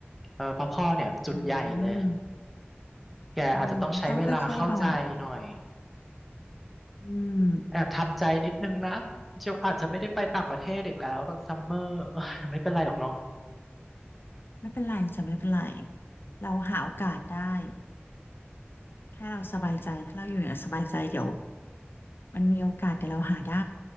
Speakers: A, in the centre; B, on the left.
A: เออเพราะพ่อเนี่ยจุดใหญ่เลย
B: อืม
A: แกอาจจะต้องใช้เวลาเข้าใจหน่อย
B: อืมต้องค่อยๆบอกเขาอืม
A: แอบทำใจนิดนึงนะเชลอาจจะไม่ได้ไปต่างประเทศอีกแล้วตอนซัมเมอร์เอ้ยไม่เป็นไรหรอกเนาะ
B: ไม่เป็นไรจะไม่เป็นไรเราหาโอกาสได้แค่เราสบายใจถ้าเราอยู่อย่างสบายใจเดี๋ยวมันมีโอกาสเดี๋ยวเราหาได้